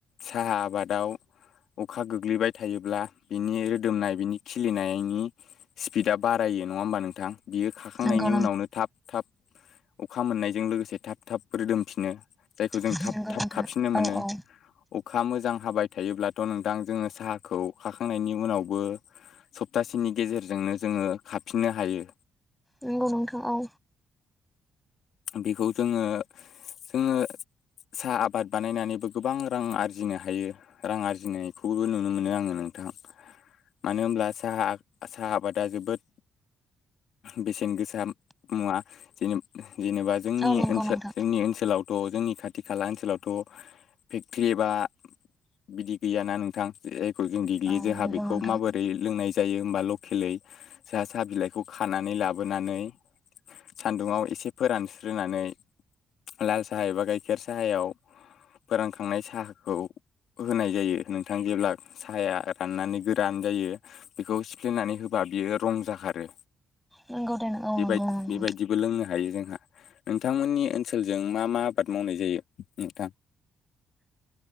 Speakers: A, on the left (about 70°); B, in the centre.
A: साहा आबादाव अखा गोग्लैबाय थायोब्ला। बिनि रोदोमनाय बिनि खिलिनायनि स्पिडा बारायो नङा होमबा नोंथां। बियो खाखांनायनि
B: नंगौ
A: उनावनो थाब थाब अखा मोननायजों लोगोसे थाब थाब रोदोमफिनो। जायखौ जों
B: नंगौ
A: थाब थाब
B: नोंथां
A: खाफिननो मोनो
B: औ औ
A: अखा मोजां हाबाय थायोब्ला। थ' नोंदां जोङो साहाखौ। खाखांनायनि उनावबो सप्तासेनि गेजेरजोंनो जोङो खाफिननो हायो।
B: नंगौ नोंथां औ
A: बेखौ जोङो जोङो। साहा आबाद बानायनानैबो गोबां रां आरजिनो हायो रां आरजिनायखौबो नुनो मोनो आङो नों थां मानो होनब्ला साहा साहा आबादा जोबोद बेसेन गोसा मुवा जेने जेनेबा जोंनि
B: औ नंगौ
A: ओनसोल
B: नोंथां
A: जोंनि ओनसोलाव अ जोंनि खाथि खाला ओनसोलावथ' फेक्टरि एबा बिदि गैयाना नोंथां जायखौ जों देग्लियो
B: औ
A: जोंहा
B: नंगौ
A: बेखौ
B: नोंथां
A: माबोरै लोंनाय जायो हमबा लकेलै साहा साहा बिलाइखौ खानानै लाबोनानै सान्दुुङाव एसे फोरानस्रोनानै लाल साहा एबा गाइखेर साहायाव फोरानखांनाय साहाखौ होनाय जायो नोंथां जेब्ला साहाया राननानै गोरान जायो बेखौ सिफ्लेनानै होबा बियो रं जाखारो
B: नंगौ औ
A: बेबाय
B: नंगौ नोंथां।
A: बेबायदिबो लोंनो हायो जोंहा नोंथांमोननि ओनसोलजों मा मा आबाद मावनाय जायो नोंथां।